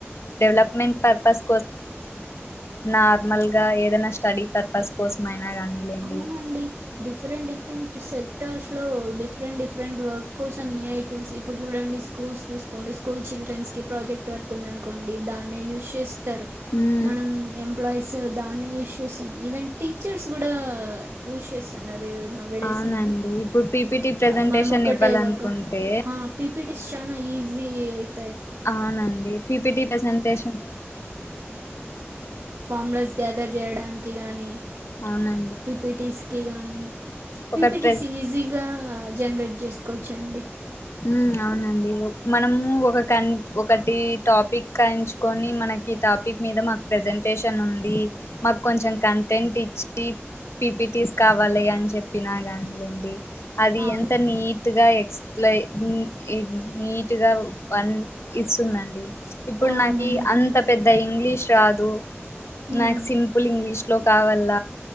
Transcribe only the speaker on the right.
పర్పస్ కోసమే అని కాదు
నార్మల్
గా ఎధై స్టడీ పర్పస్
కోసమైనా
అవునండి డిఫరెంట్ డిఫరెంట్ సెక్టర్స్ లో డిఫరెంట్ డిఫరెంట్ వర్క్ కోసం ఏ ఐటూమ్స్ ఇప్పుడు చూడండి స్కూల్స్ తీసుకోండి స్కూల్ చిల్డ్రెన్స్ కి ప్రాజెక్ట్ వర్క్ ఉంది అనుకోండి దాన్ని యూస్ చేస్తు స్తారు
మనం ఎంప్లాయ్ ఎంప్లాయీస్ దాన్ని యూస్ చేస్తాం ఈవెన్ టీచర్స్ కూడా యూస్ చేస్తాన్నారు నౌఎడేస్
అండి
ఆ మనం ఒకటేగాక
హా పీపీటీ ఇస్ చానా ఈజి ఈజీ అయితే
ఫార్మ్లస్ గ్యాదర్ చేయడానికి గానీ
పీపీటీస్ కీ గానీ పిపిటిస్
ఈజీగా జనరేట్ చేసుకోవచ్చండి.
అవును
అవునండి
ఉమ్,